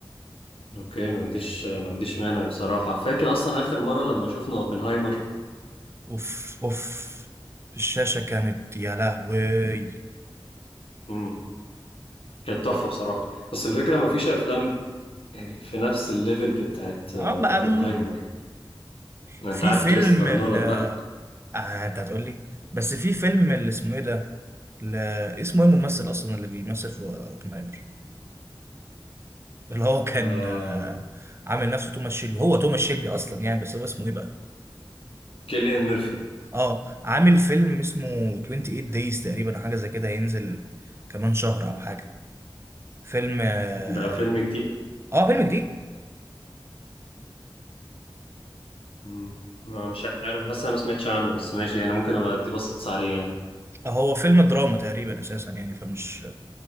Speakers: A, on the left; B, on the right.
A: أوكي ما عنديش ما عنديش مانع بصراحة فاكر أصلا آخر مرة لما شفنا أوبنهايمر
B: اوف اوف الشاشه كانت يا لهوي
A: مم. كانت
B: ب...
A: تحفة بصراحة بس الفكرة ما فيش أفلام يعني في نفس الليفل بتاعت آه،
B: اه بقى
A: أوبنهايمر
B: م-
A: أنت
B: في
A: عارف
B: فيلم
A: كريستوفر
B: ال...
A: نولان بقى
B: آه انت هتقول لي بس في فيلم اللي اسمه ايه ده ل... اسمه ايه الممثل اصلا اللي بيمثل في اوبنهايمر اللي هو كان
A: آه...
B: آه، عامل نفسه توماس شيلبي هو توماس شيلبي اصلا يعني بس هو اسمه ايه بقى
A: كيليان ميرفي
B: اه عامل فيلم اسمه 28 دايز تقريبا أو حاجه زي كده هينزل كمان شهر او حاجه فيلم آه،
A: ده فيلم جديد
B: اه فيلم جديد
A: مم. ما مش عارف حاسس انا ما سمعتش عنه بس ماشي يعني ممكن ابقى ادي بص عليه يعني
B: هو فيلم دراما تقريبا اساسا يعني فمش